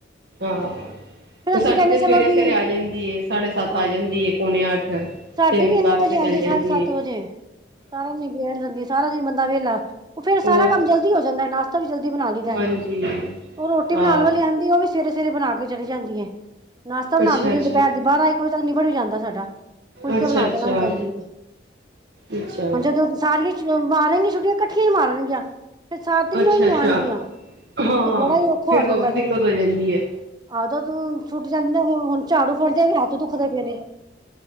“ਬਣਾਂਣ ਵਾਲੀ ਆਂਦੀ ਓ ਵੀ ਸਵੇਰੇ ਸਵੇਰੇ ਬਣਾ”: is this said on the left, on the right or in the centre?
Right